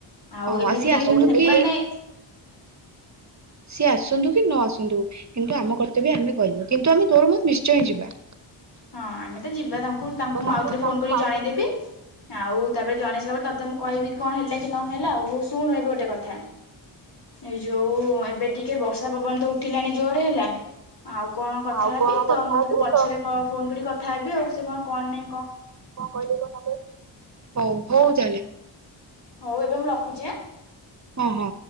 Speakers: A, on the left; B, on the right.
A: ଆଉ
B: ହଁ
A: ଏମିତିରେ
B: ସିଏ ଆସନ୍ତୁ
A: ବି
B: କି
A: ମାନେ <inaudible>
B: ସିଏ ଆସନ୍ତୁ କି ନ ଆସନ୍ତୁ କିନ୍ତୁ ଆମ କର୍ତ୍ତବ୍ୟ ଆମେ କହିନୁ କିନ୍ତୁ ଆମେ ତୋରୁମ ନିଶ୍ଚୟ ହିଁ ଯିବା
A: ହଁ ଆମେ ତ ଯିବା ତାଙ୍କୁ ତାଙ୍କୁ
B: ତ
A: ମୁଁ ଆଉଥରେ ଫୋନ
B: ତାଙ୍କୁ
A: କରି
B: ଆଉ
A: ଜଣେଇଦେବି ଆଉ ତାପରେ ଜଣେଇ ସାରିଲା ପରେ ତତେ ମୁଁ କହିବି କଣ ହେଲା କି ନହଲା ଆଉ ହଉ ଶୁଣୁ ଏବେ ଗୋଟେ କଥା ଏ ଯୋଉ ଏବେ ଟିକେ ବର୍ଷା ପବନ ତ ଉଠିଲାଣି ଯୋରେ ହେଲା। ଆଉ କଣ କଥା
B: ଆଉ
A: ହେବି
B: କଣ
A: ତ
B: କଥା
A: ମୁଁ
B: ହେବି
A: ତତେ ପଛରେ
B: ତ
A: ପୁଣି କଥା ହେବି ଆଉ ସେ କଣ? କଣ ନେ?
B: କଣ କହିଲି କ କହ ହଉ ହଉ ଚାଲେ
A: ହଉ ଏବେ ମୁଁ ରଖୁଛି ଆଁ
B: ହଁ ହଁ।